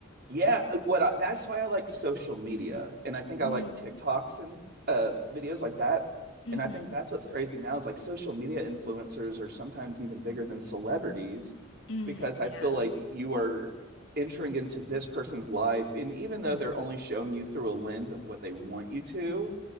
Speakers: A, on the right (about 50°); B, on the left (about 65°).
A: yeah, uh, what I, that's why I like social media and I think I
B: Mm,
A: like TikToks and uh videos like that.
B: mm-hmm.
A: And I think that's what's crazy now is like social media influencers are sometimes even bigger than celebrities
B: Mm,
A: because
B: yeah.
A: I feel like you are entering into this person's life and even though they're only showing you through a lens of what they want you to